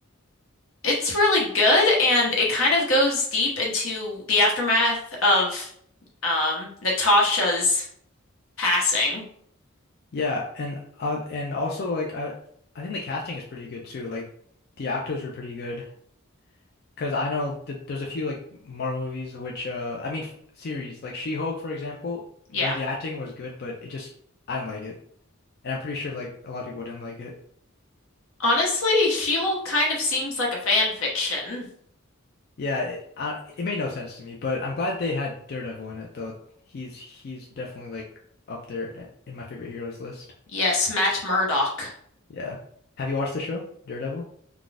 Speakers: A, on the left; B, on the left.
A: It's really good, and it kind of goes deep into the aftermath of um Natasha's passing.
B: Yeah, and uh, and also like I I think the casting is pretty good too. Like the actors are pretty good because I know th there's a few like Marvel movies which uh I mean f series like She-Hulk for example.
A: Yeah.
B: Like the acting was good, but it just I didn't like it, and I'm pretty sure like a lot of people didn't like it.
A: Honestly, She-Hulk kind of seems like a fan fiction.
B: Yeah, it, I, it made no sense to me, but I'm glad they had Daredevil in it though. He's he's definitely like up there i- in my favorite heroes list.
A: Yes, Matt Murdock.
B: Yeah. Have you watched the show, Daredevil?